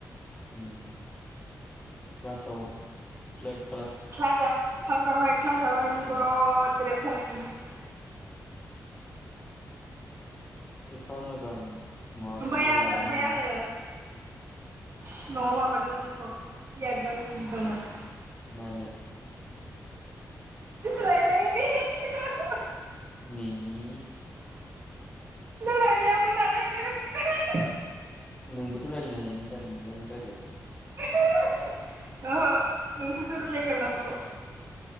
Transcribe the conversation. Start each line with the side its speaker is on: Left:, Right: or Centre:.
Left: उम क्लासाव प्लोट
Right: <unintelligible> क्लासावहाय क्लासावहाय नों दलद जिरायबाय थानाय नुयो
Left: उम एफा मोजां माखौबो
Right: ओमफ्राय आं
Left: लाया
Right: ओमफ्राय
Left: नों
Right: आङो सिमाङाव माबादोंमोन नोंखौ सियारजों बुदोंमोन।
Left: मानो
Right: रायलायिनि हि हि हि
Left: नि नि
Right: रायलायामोन नालाय ओंखायनो बुंदों आङो
Left: नोंबोथ रायज्लायनो हायोमोन दा नोंबो आंखौ रायजलायाखै।
Right: <unintelligible> ओहो नोंसोरसो राइलाय ग्रोनांगौ।